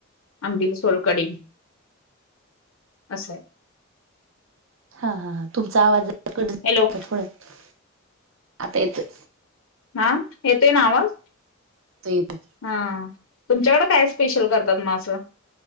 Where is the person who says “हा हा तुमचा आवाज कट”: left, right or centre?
Right